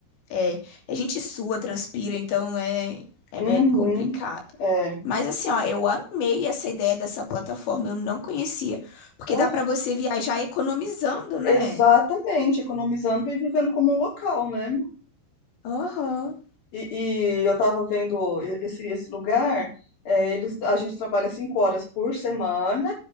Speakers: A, on the left; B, on the left.
A: é. A gente sua, transpira, então é, é
B: Uhum,
A: bem complicado.
B: é.
A: Mas assim, ó, eu amei essa ideia dessa plataforma, eu não conhecia, porque
B: Ah,
A: dá pra você viajar economizando, né?
B: exatamente, economizando e vivendo como um local, né?
A: Aham.
B: E, e eu tava vendo e- esse, esse lugar, é, eles, a gente trabalha cinco horas por semana,